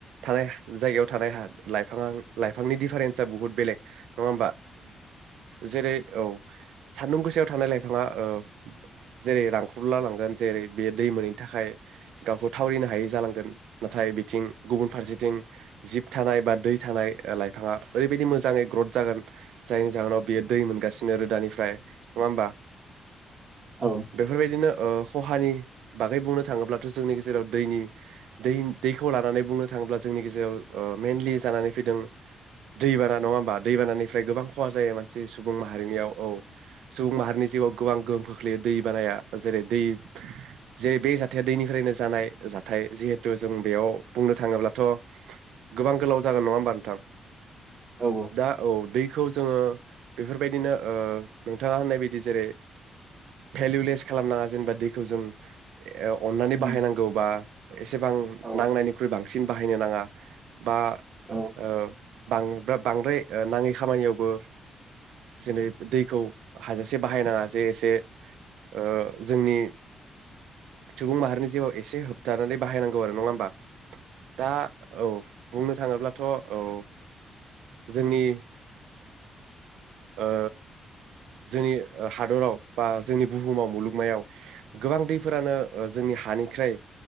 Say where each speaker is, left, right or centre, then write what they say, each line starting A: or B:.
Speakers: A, on the right; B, on the right.
A: थानाय जायगायाव थानाय लाइफाङा लाइफांनि दिफारेन्स <unintelligible> बुहुत बेलेग नङा होमबा? जेरै औ सान्दुं गोसायाव थानाय लाइफाङा ओ जेरै रांखबला लांगोन जेरै बे दै मोनैनि थाखाय गावखौ थावरिनो हायै जालांगोन नाथाय बिथिं गुबुन फारसेथिं जिब थानाय बा दै थानाय लाइफाङा ओरैबायदि मोजाङै ग्रथ जागोन जायनि जाहोनाव बेयो दै मोनगासिनो रोदानिफ्राय नङा होमबा?
B: औ
A: बेफोरबायदिनो ओ खहानि बागै बुंनो थाङोब्लाथ' जोंनि गेजेराव दैनि दै-दैखौ लानानै बुंनो थाङोब्ला जोंनि गेजेराव मेइनलि जानानै फैदों दैबाना नङा होमबा दैबानानिफ्राय गोबां खहा जायो मानसि सुबुं माहारिनियाव औ । सुबुं माहारिनि जिउआव गोबां गोहोम खोख्लैयो दै बानाया जेरै दै जेरै बे जाथाया दैनिफ्रायनो जानाय जाथाय जिहेथु जों बेयाव बुंनो थाङोब्लाथ' गोबां गोलाव जागोन नङा होमबा नोंथां?
B: औ
A: दा औ दैखौ जोङो बेफोरबायदिनो ओ नोंथाङा होननाय बायदि जेरै भेलुलेस खालामनाङा जेनेबा दैखौ जों ए अननानै
B: उम
A: बाहायनांगौ बा एसेबां
B: औ
A: नांनायनिख्रुइ बांसिन बाहाय बाहायनो नाङा । बा
B: औ औ
A: ओ बांद्रा-बांद्राय ओ नाङै खामानियावबो जेरै दैखौ हाजासे बाहायनाङा जे एसे ओ जोंनि सुबुं माहारिनि जिउआव एसे होबथानानै बाहायनांगौ आरो नङा होमबा? दा औ बुंनो थाङोब्लाथ' औ । जोंनि ओ जोंनि हादराव बा जोंनि बुहुमाव मुलुगमायाव गोबां दैफोरानो ओ जोंनि हानिख्रोय